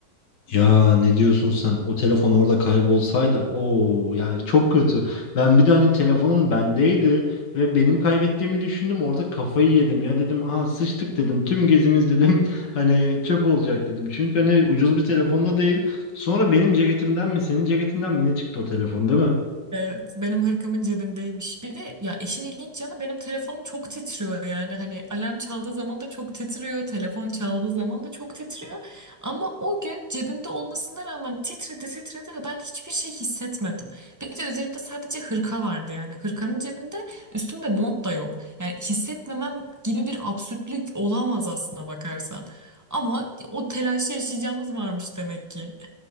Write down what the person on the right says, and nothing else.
Evet, benim hırkamın cebindeymiş. Bir de ya işin ilginç yanı benim telefonum çok titriyor yani hani alarm çaldığı zaman da çok titriyor, telefon çaldığı zaman da çok titriyor. Ama o gün cebimde olmasına rağmen titredi titredi ve ben hiçbir şey hissetmedim. Bir de üzerimde sadece hırka vardı yani hırkanın cebinde üstümde mont da yok. Yani hissetmemem gibi bir absürtlük olamaz aslına bakarsan. Ama o telaşı yaşayacağımız varmış demek ki.